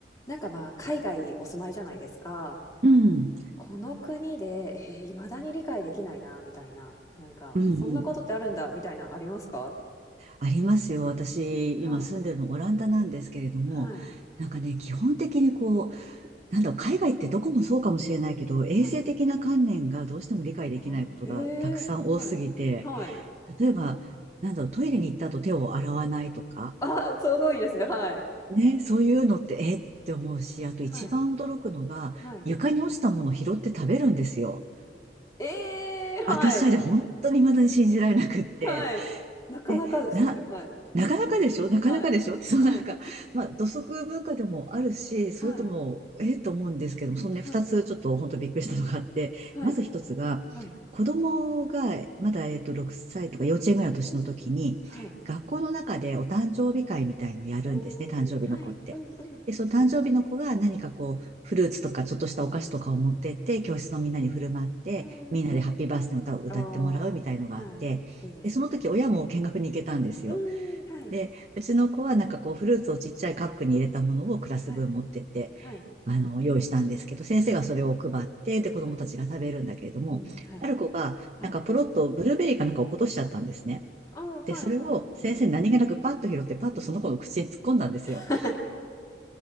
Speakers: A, on the left (about 20°); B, on the right (about 40°).
A: なんかまあ、海外お住まいじゃないですか。
B: うん、
A: この国で、えー、未だに理解できないな、みたいな。なんか、
B: うん、
A: そんなことってあるんだ、
B: うん。
A: みたいな、ありますか
B: ありますよ。私、
A: はい。
B: 今住んでるのオランダなんですけれども、
A: はい。
B: なんかね、基本的にこう、なんだろう、海外ってどこもそうかもしれないけど、衛生的な観念がどうしても理解できないことがたくさん多すぎて、
A: はい。あ、ええーはい。はい。
B: 例えば、なんだろう、トイレに行った後手を洗わないとか、
A: あ、すごいですね。はい。
B: ね、そういうのって、えって思うし、あと一番驚くのが、
A: はい。はい。
B: 床に落ちたものを拾って食べるんですよ。
A: ええーはい。
B: 私、あれ本当に未だに信じられなくって。
A: はい。なかなかですね。
B: で、な、
A: はい。
B: なかなかでしょなかなかでしょって、
A: はい。
B: <laughs> そうなんか、
A: はい。
B: まあ、土足文化でもあるし、それとも、
A: はい。
B: ええと思うんですけども、そのね、
A: はい。
B: 二つちょっと本当びっくりしたのがあって、
A: はい。
B: まず一つが、
A: はい。
B: 子供がまだ、えっと、6歳とか幼稚園ぐらいの年の時に、
A: うんうん。はい。
B: 学校の中でお誕生日会みたいのをやるんですね、
A: あー
B: 誕生日の子って。
A: はい。うんうんうん。
B: で、その誕生日の子が何かこう、フルーツとかちょっとしたお菓子とかを持ってって、教室のみんなに振る舞って、
A: うん。
B: みんなでハッピーバースデーの歌を歌ってもらうみたいのがあって、
A: ああ、はい。いいですね。
B: で、その時親も見学に行けたんですよ。
A: うん。うーん、はい。
B: で、うちの子はなんかこうフルーツをちっちゃいカップに入れたものをクラス分持ってって、
A: はい。はい。
B: あの、用意したんですけど、先生がそれを配って、
A: はい。
B: で、子供たちが食べるんだけれども、
A: はい。うん、はい。
B: ある子がなんかポロッとブルーベリーかなんか落っことしちゃったんですね。
A: はい。ああ、はいはい。
B: で、それを先生何気なくパッと拾って、
A: うん。
B: パッとその子の口へ突っ込んだんですよ。
A: はい。